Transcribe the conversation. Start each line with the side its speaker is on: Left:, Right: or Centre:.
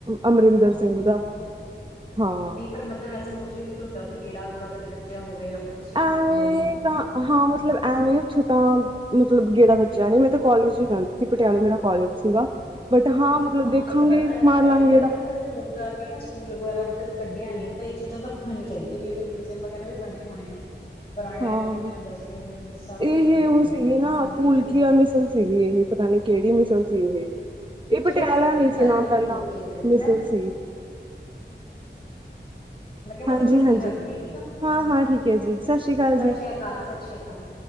Right: ਅਮਰਿੰਦਰ
Left: ਆਹੋ-ਆਹੋ
Right: ਸਿੰਘ ਦਾ ਹਾਂ
Left: ਨਹੀਂ ਪਰ ਮਤਲਬ ਵੈਸੇ ਪੁੱਛਦੇ ਵੀ ਤੁਹਾਡਾ ਉੱਥੇ ਗੇੜਾ-ਗੂੜਾ ਕਦੇ ਵੱਜਿਆ ਹੋਵੇ ਫਿਰ ਤੁਸੀਂ ਉੱਥੇ
Right: ਐਵੇਂ
Left: ਕਦੇ ਗਏ ਹੋਵੋ
Right: ਤਾਂ ਹਾਂ ਮਤਲਬ ਐਵੇਂ ਉਛ ਤਾਂ ਮਤਲਬ ਗੇੜਾ ਵੱਜਿਆ ਨਹੀਂ ਮੈਂ ਤਾਂ ਕੋਲਜ ਹੀ ਜਾਂਦੀ ਸੀ ਪਟਿਆਲੇ ਮੇਰਾ ਕੋਲਜ ਸੀਗਾ। ਬਟ ਮਤਲਬ
Left: ਹਾਂ
Right: ਦੇਖਾਂਗੇ
Left: ਨੀ ਮਤਲਬ ਐ
Right: ਮਾਰ ਲਾਂਗੇ
Left: ਐਵੇਂ ਕਰਕੇ
Right: ਗੇੜਾ
Left: ਨਾ ਕਦੇ ਟੂਰ-ਟਾਰ ਵੀ ਨਾ ਸਕੂਲ ਵਗੈਰਾ ਕਦੇ ਕੱਢਿਆ ਨੀ ਨਹੀ ਤਾਂ ਇਹ ਚੀਜ਼ਾਂ ਤਾਂ ਵਿਖਾਣੀਆਂ ਚਾਹੀਦੀਆ ਵੀ ਉੱਥੇ ਮਿਊਜ਼ੀਅਮ ਵਗੈਰਾ ਵੀ ਬਣੇ ਹੋਣੇ ਆ। ਪੁਰਾਣੇ ਟਾਈਮ
Right: ਹਾਂ
Left: 'ਚ ਕਿਵੇਂ ਹੁੰਦਾ ਸੀ ਕਿਵੇਂ ਨਹੀਂ ਹੁੰਦਾ ਸੀ ਸਾਰਾ ਕੁਝ
Right: ਇਹ
Left: ਕਰਨਾ
Right: ਉਹ
Left: ਚਾਹੀਦਾ
Right: ਸੀਗੀ
Left: ਪਰ
Right: ਨਾ
Left: ਬਣਿਆ
Right: ਫੁਲਕੀਆਂ
Left: ਹੀ ਨਹੀਂ ਹੋਇਆ
Right: ਮਿਸਲ ਸੀਗੀ ਇਹ ਤਾਂ ਕਿਹੜੀ ਮਿਸਲ ਸੀ ਇਹ। ਇਹ
Left: ਚਲੋ
Right: ਪਟਿਆਲਾ
Left: ਇੱਕ ਵਾਰੀ ਨਾ
Right: ਨਹੀਂ
Left: ਮੈਂ
Right: ਸੀ
Left: ਕਰਦੀ ਹਾਂ ਤੁਹਾਨੂੰ
Right: ਪਹਿਲਾਂ
Left: ਰੁਕ ਕੇ ਇੱਕ ਵਾਰੀ
Right: ਮਿਸਲ
Left: ਹੈਂ।
Right: ਸੀ
Left: ਮੈਂ ਕਿਹਾ ਮੈਂ
Right: ਹਾਂਜੀ-ਹਾਂਜੀ।
Left: ਤੈਨੂੰ ਰੁਕੇ ਕੇ ਕਰਦੀ ਆ ਠੀਕ ਆ।
Right: ਹਾਂ-ਹਾਂ ਠੀਕ ਹੈ ਜੀ ਸਤਿ ਸ਼੍ਰੀ ਅਕਾਲ
Left: ਸਤਿ
Right: ਜੀ।
Left: ਸ੍ਰੀ ਅਕਾਲ ਸਤਿ ਸ੍ਰੀ ਅਕਾਲ।